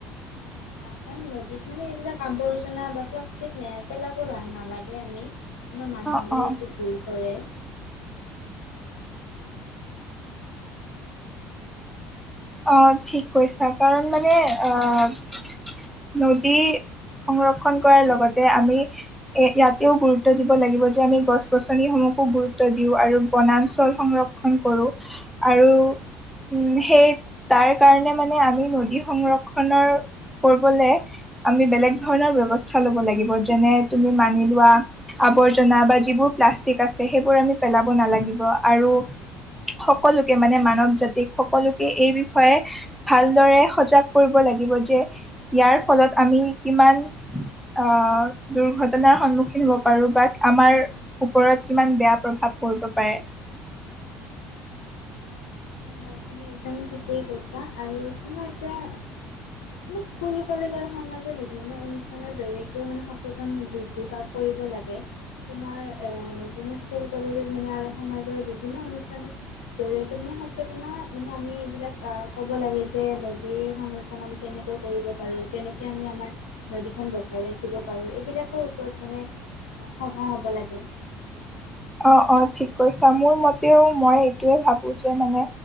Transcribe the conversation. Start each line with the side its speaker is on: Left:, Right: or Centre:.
Left: তোমাৰ আৰু নদীত মানে এইবিলাক আৱৰ্জনা বা প্লাষ্টিক ন পেলাব নালাগে আমি, আমাৰ মানুহবোৰে
Centre: অ অ
Left: এইটো ভুল কৰে
Centre: অঁ ঠিক কৈছা কাৰণ মানে আহ নদী সংৰক্ষন কৰাৰ লগতে আমি এ ইয়াতেও গুৰুত্ব দিব লাগিব যে আমি গছ গছনিসমূহ গুৰুত্ব দিওঁ আৰু বনাঞ্চল সংৰক্ষণ কৰো আৰু উম সেই তাৰ কাৰণে মানে আমি নদী সংৰক্ষণৰ কৰিবলে আমি বেলেগ ধৰণৰ ব্যবস্থা লব লাগিব যেনে তুমি মানি লোৱা আৰ্বজনা অঁ যিবোৰ প্লাচ টিক আছে সেইবোৰ আমি পেলাব নালাগিব আৰু সকলোকে মানে মানৱ জাতিক সকলোকে এই বি বিষয়ে ভালদৰে সজাগ কৰিব লাগিব যে ইয়াৰ ফলত আমি কিমান আহ দুৰ্ঘটনাৰ সন্মুখীন হব পাৰো বা আমাৰ ওপৰত কিমান বেয়া প্ৰভাৱ কৰিব পাৰে।
Left: হয় তুমি একদম ঠিকেই কৈছা আৰু তোমাৰ এতিয়া মানে স্কুল কলেজ আৰু সমাজৰ বিভিন্ন অনুষ্ঠানৰ জৰিয়তেও মানে সচেতন সম বৃদ্ধি বা কৰিব লাগে থাকে তোমাৰ যেনে স্কুল কলেজত মানে আৰু সমাজৰ বিভিন্ন অনুষ্ঠানৰ জৰিয়তে মানে সঁচ মানে আমি এইবিলাক ক'ব লাগে যে নদীৰ সংৰক্ষণ আমি কেনেকৈ কৰিব পাৰোঁ কেনে আমি আমাৰ নদীখন বচাই ৰাখিব পাৰোঁ এইবিলাকৰ ওপৰত মানে সভা হ'ব লাগে
Centre: অ অ ঠিক কৈছা মোৰ মতেও মই এইটোৱে ভাবো যে মানে